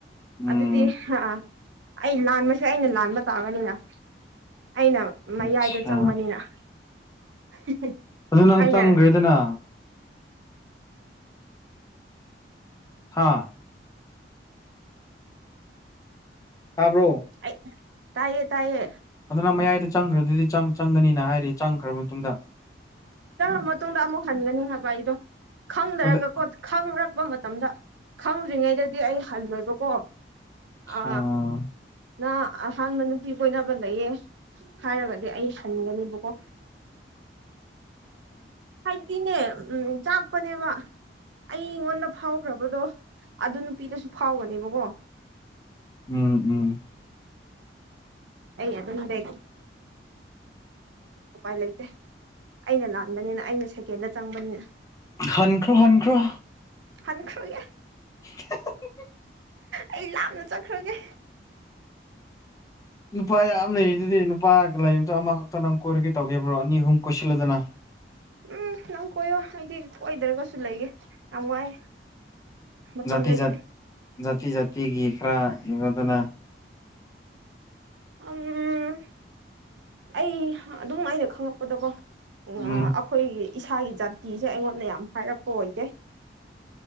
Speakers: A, on the left; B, on the right.
A: ꯎꯝ
B: ꯑꯗꯨꯗꯤ ꯑ ꯑꯩ ꯂꯥꯟꯕꯁꯦ ꯑꯩꯅ ꯂꯥꯟꯕ ꯇꯥꯕꯅꯤꯅ ꯑꯩꯅ ꯃꯌꯥꯏꯗ
A: ꯑꯠꯁꯥ
B: ꯆꯪꯕꯅꯤꯅ <unintelligible>
A: ꯑꯗꯨ ꯅꯪ
B: ꯑꯩꯅ
A: ꯆꯪꯒ꯭ꯔꯦꯗꯅ ꯍꯥꯥ ꯇꯥꯕ꯭ꯔꯣ
B: ꯑꯩ ꯇꯥꯏꯌꯦ ꯇꯥꯏꯌꯦ
A: ꯑꯗꯨ ꯅꯪ ꯃꯌꯥꯏꯗ ꯆꯪꯈ꯭ꯔꯗꯨꯗꯤ ꯆꯪꯒꯅꯤꯅ ꯍꯥꯏꯔ ꯆꯪꯈ꯭ꯔꯕ ꯃꯇꯨꯡꯗ
B: ꯆꯪꯉ ꯃꯇꯨꯡꯗ ꯑꯃꯨꯛ ꯍꯟꯒꯅꯤ ꯍꯥꯏꯕ ꯑꯩꯗꯣ ꯈꯪꯗꯔꯒꯣ
A: ꯑꯗꯨꯗ
B: ꯈꯪꯔ ꯆꯄ ꯃꯇꯝꯗ ꯈꯪꯗ꯭ꯔꯤꯉꯩꯗꯗꯤ ꯑꯩ ꯍꯜꯂꯣꯏꯕꯀꯣ
A: ꯑꯆꯁꯥ
B: ꯑ ꯅ ꯑꯍꯥꯟꯕ ꯅꯨꯄꯤ ꯀꯣꯏꯅꯕ ꯂꯩꯌꯦ ꯍꯥꯏꯔꯒꯗꯤ ꯑꯩ ꯒꯅꯤꯕꯀꯣ ꯍꯥꯏꯗꯤꯅꯦ ꯎꯝ ꯆꯥꯛꯄꯅꯦꯕ ꯑꯩꯉꯣꯟꯗ ꯐꯥꯎꯈ꯭ꯔꯕꯗꯣ ꯑꯗꯨ ꯅꯨꯄꯤꯗꯁꯨ ꯐꯥꯎꯒꯅꯦꯕꯀꯣ
A: ꯎꯝ ꯎꯝ
B: ꯦ ꯑꯗꯨꯝꯔꯦ ꯎꯄꯥꯏ ꯂꯩꯇꯦ ꯑꯩꯅ ꯂꯥꯟꯕꯅꯤꯅ ꯑꯩꯅ ꯁꯦꯀꯦꯟꯗ ꯆꯪꯕꯅꯤꯅ
A: ꯍꯟꯈ꯭ꯔꯣ ꯍꯟꯈ꯭ꯔꯣ
B: ꯍꯈ꯭ꯔꯣꯌꯦ
A: <unintelligible>
B: ꯑꯩ ꯂꯥꯞꯅ ꯆꯠꯈ꯭ꯔꯒꯦ
A: ꯅꯨꯄꯥ ꯌꯥꯝ ꯂꯩ ꯗꯨꯗꯤ ꯅꯨꯄꯥ ꯂꯩꯕꯗꯣ ꯑꯃꯈꯛꯇ ꯅꯪ ꯀꯣꯏꯔꯒꯦ ꯇꯧꯒꯦꯕ꯭ꯔꯣ ꯑꯅꯤ ꯑꯍꯨꯝ ꯀꯣꯏꯁꯤꯜꯂꯗꯅ
B: ꯎꯝ ꯅꯪ ꯀꯣꯏꯌꯣ ꯑꯩꯗꯤ ꯀꯣꯏꯗ꯭ꯔꯒꯁꯨ ꯂꯩꯒꯦ ꯌꯥꯝ ꯋꯥꯏ ꯃꯇꯝꯝ
A: ꯖꯥꯇꯤ
B: ꯂꯩꯇꯦ
A: ꯖꯥ ꯖꯥꯇꯤ ꯖꯥꯇꯤꯒꯤ ꯈꯔ ꯌꯦꯡꯅꯗꯅ
B: ꯎꯝ ꯑꯩ ꯑꯗꯨꯝ ꯑꯩꯅ ꯈꯪꯉꯛꯄꯗꯀꯣ ꯎ
A: ꯎꯝ
B: ꯑꯩꯈꯣꯏꯒꯤ ꯏꯁꯥꯒꯤ ꯖꯥꯇꯤꯁꯦ ꯑꯩꯉꯣꯟꯗ ꯌꯥꯝ ꯍꯥꯏꯔꯛꯄ ꯑꯣꯏꯗꯦ